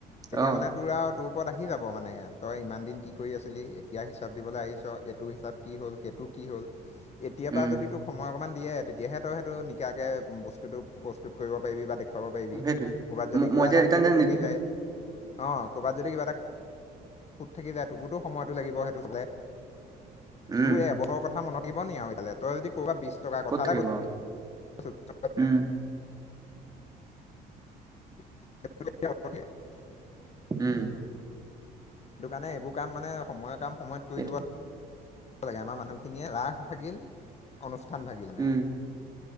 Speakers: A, on the left (about 40°); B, on the right (about 20°).
A: তেতিয়া
B: অ
A: মানে তোৰ আৰু তোৰ ওপৰত আহি যাব মানে তই ইমান দিন কি কৰি আছিলি? এতিয়া হিচাপ দিবলৈ আহিছ এইটো হিচাপ কি হ'ল? সেইটো কি হ'ল এতিয়া
B: উম
A: পৰা যদি তোক সময় অকণমান দিয়ে তেতিয়াহে তই সেইটো নিকাকে বস্তুতটো প্ৰস্তুত কৰিব পাৰিবি বা দেখুৱাব পাৰিবি। কৰ'ৰবাত
B: সেইটোৱে
A: যদি
B: ম
A: কিবা
B: মই
A: এটা
B: যে এতিয়া
A: খুত থাকি
B: যে
A: যায়, অ ক'ৰবাত যদি কিবা এটাু খুঁত থাকি যায় তোকুতো সময়টো লাগিব সেইটো চলে
B: উম
A: তোৰ এবছৰৰ কথা মনত থাকিব নি আৰু এইফালে, তই যদি ক'বা বিছ টকাৰ
B: ক'ত
A: কথা
B: থাকিব
A: এটা কৈ
B: আৰু
A: <inaudible>
B: উম
A: <unintelligible>
B: উম।
A: সেইটো কাৰণে এইবোৰ কাম মানে সময়ৰ কাম সময়ত কৰি
B: সেইটো
A: দিব লাগে আমাৰ মানুহখিনিয়ে ৰাস ভাগিল অনুষ্ঠান ভাগিল।
B: উম